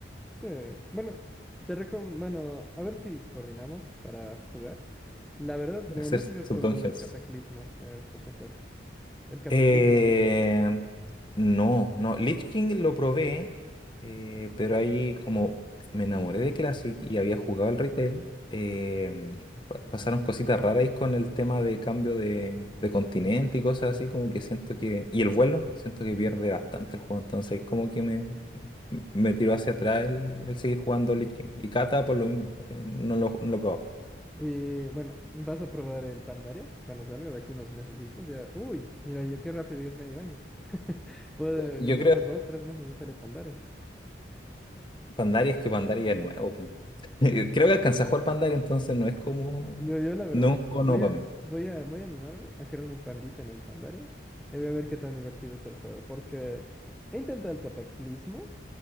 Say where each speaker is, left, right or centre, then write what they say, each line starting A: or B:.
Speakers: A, in the centre; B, on the left.
A: sí, bueno, te recom, bueno, a ver si coordinamos para jugar. La verdad,
B: Hacer
A: eh, no
B: sus
A: sé si has probado
B: dungeons.
A: el Cataclismo, eh, por si acaso. El Cataclismo,
B: Eh,
A: el
B: no, no. Lich King lo probé, eh, pero ahí como me enamoré de Classic y había jugado al retail, eh, pa- pasaron cositas raras ahí con el tema de cambio de, de continente y cosas así, como que siento que... Y el vuelo, siento que pierde bastante el juego, entonces como que me, me tiró hacia atrás el, el seguir jugando Lich King. Y Kata por lo mismo, eh, no lo, no lo he probado.
A: y bueno, vas a probar el Pandaria cuando salga de aquí unos mesecitos. Ya, uy, mira, ya qué rápido, ya es medio año. <laughs> Puede,
B: Yo
A: en
B: creo
A: unos dos, tres meses ya sale Pandaria.
B: Pandaria es que Pandaria es nuevo, po. <laughs> Creo que alcancé a jugar Pandaria, entonces no es como.
A: Yo, yo la verdad,
B: No es un juego
A: voy
B: nuevo para
A: a,
B: mí.
A: voy a, voy a animarme a crearme un pandita en el Pandaria y voy a ver qué tan divertido está el juego, porque he intentado el Cataclismo,